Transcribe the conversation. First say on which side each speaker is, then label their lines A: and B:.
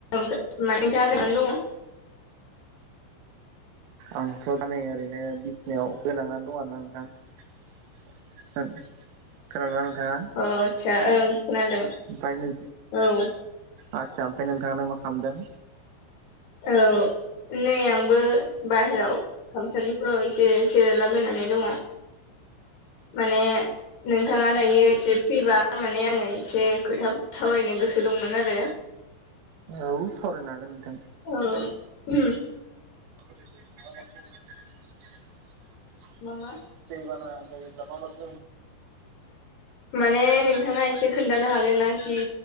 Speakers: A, on the left; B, on the right.
A: <unintelligible> माने <unintelligible> नानै दङ
B: आंथ' दा नै ओरैनो बिसिनायाव गोलांनानै दं आरो ना नोंथां <unintelligible>
A: अ
B: नोंथाङा
A: आतसा ओं खोनादों
B: ओमफ्राय नों
A: औ
B: आदसा ओमफ्राय नोंथांनानै मा खालामदों?
A: औ नै आंबो बाहेरायाव खामसालिफोराव एसे जिरायलाबायनानै दङ। माने नोंथाङा दायो एसे फ्रिबा माने आङो एसे खोथा सावरायनो गोसो दंमोन आरो
B: औ सावरायनो हागोन नोंथां।
A: औ <inaudible>
B: <inaudible>
A: मा मा
B: दैबाना जायोब्ला मा मा <inaudible>
A: माने नोंथाङा एसे खोन्थानो हागोननाखि